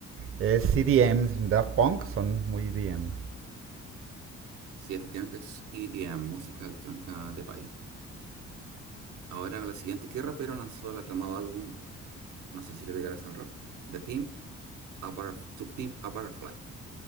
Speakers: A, on the right; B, on the right.
A: Es CDM, Daft Punk son muy E D M.
B: Sí, efectivamente es EDM, música electrónica de baile. Ahora la siguiente, ¿qué rapero lanzó el aclamado álbum? No sé si le pegarás al rap. The Pimp, a Butterf- To Pimp a Butterfly.